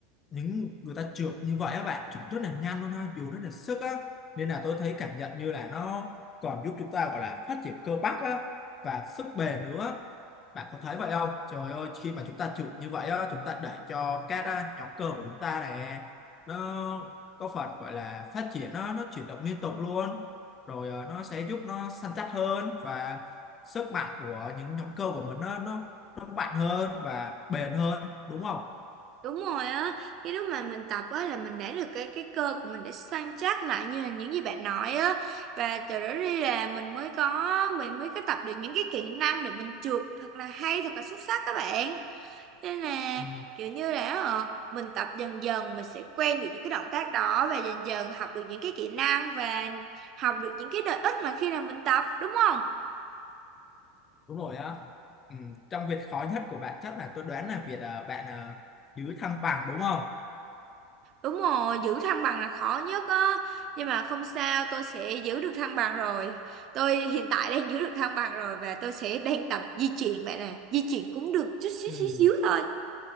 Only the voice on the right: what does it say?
đúng rồi á cái lúc mà mình tập á là mình để được cái cái cơ của mình để săn chắc lại như là những gì bạn nói á và từ đó đi là mình mới có mình mới có tập được những cái kỹ năng để mình trượt thật là hay thật là xuất sắc các bạn Nên là
kiểu như là ờ, mình tập dần dần mình sẽ quen được những cái động tác đó và dần dần học được những cái kỹ năng và học được những cái lợi ích mà khi nào mình tập đúng không?
Đúng rồi, giữ thăng bằng là khó nhất á. Nhưng mà không sao, tôi sẽ giữ được thăng bằng rồi. Tôi hiện tại đang giữ được thăng bằng rồi và tôi sẽ đang tập di chuyển bạn nè. Di chuyển cũng được chút xíu
xíu xíu thôi.